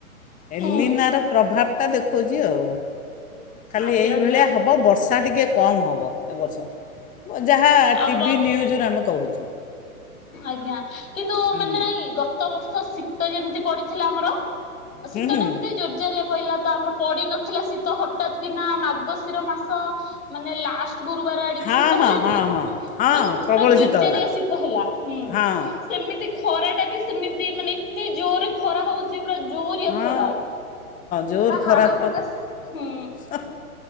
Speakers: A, on the left (about 65°); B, on the left (about 15°).
A: ହୁଁ
B: ଏଲିନା ର ପ୍ରଭାବ ଟା ଦେଖଉଛି ଆଉ। ଖାଲି
A: ଆଜ୍ଞା
B: ଏଇଭଳିଆ
A: ଆଜ୍ଞା।
B: ହବ ବର୍ଷା ଟିକେ କମ୍ ହବ ଏ ବର୍ଷ। ଯାହା
A: ଆଉ
B: ଟିଭି
A: ର
B: ନ୍ୟୁଜରୁ ଆମେ କହୁ
A: ଆଜ୍ଞା। କିନ୍ତୁ
B: ହୁଁ
A: ମାନେ ନାଇଁ ଗତବର୍ଷ ଶୀତ୍ ତ ଯେମିତି ପଡିଥିଲା ଆମର। ଶୀତଟା
B: ହୁଁ ହୁଁ
A: ହେମତି ଜୋର୍ ଯାରିଆ ପଇଲା ତ ଆମର ପଡି ନ ଥିଲା ଶୀତ ହଠାତ୍ କିନା ମାଗଶିର ମାସ ମାନେ ଲାଷ୍ଟ୍ ଗୁରୁବାର ଆଡିକି
B: ହଁ
A: ଶୀତ
B: ହଁ
A: ହେଲାନି
B: ହଁ ହଁ ହଁ
A: ପୁରା
B: ପ୍ରବଳ
A: ପୁରା ଜୋରଜାରିଆ
B: ଶୀତ ହେଲା
A: ଶୀତ ହେଲା। ହୁଁ
B: ହଁ
A: ସେମି ଖରା ଟା ବି ସେମିତି ମାନେ ଏତେ ଜୋରରେ ଖରା ହଉଛି ପୁରା ଜୋରିଆ
B: ହଁ
A: ଖରା
B: ଜୋର
A: ପୁରା ହାଡଭଙ୍ଗା
B: ଖରା ପୁରା
A: ଶ ହୁଁ।
B: ହଁ